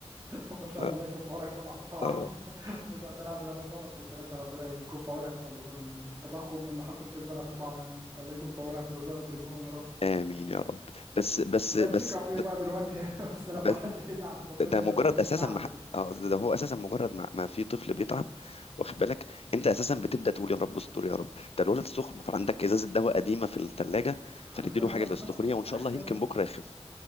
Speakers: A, on the right; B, on the left.
A: <laughs> ما شاء
B: آه،
A: الله الله يكون في عونك طبعا طبعا
B: آه.
A: <laughs> ما شاء الله ده انا ده انا بصوت من ثلاثه ربنا يكون في عونك والتضخم واللي حاصل في البلد طبعا يعني انت الله يكون في عونك ويرزقك برزقهم يا رب
B: امين يا رب بس بس
A: لا
B: بس
A: تشيك اب ايه
B: ب-
A: بقى دلوقتي <laughs> يعني بس لما
B: بس
A: حد يتعب ربنا
B: ده مجرد
A: لما يجيب
B: اساسا
A: تعب
B: ما
A: يعني
B: ح- اه ده هو اساسا مجرد ما, ما في طفل بيتعب واخد بالك انت اساسا
A: مم.
B: بتبدا تقول يا رب استر يا رب ده الولد سخن
A: أبس.
B: فعندك ازازه دواء قديمه في الثلاجه
A: <laughs>
B: فنديله حاجه للسخونيه وان شاء
A: ايوه
B: الله يمكن بكره يخف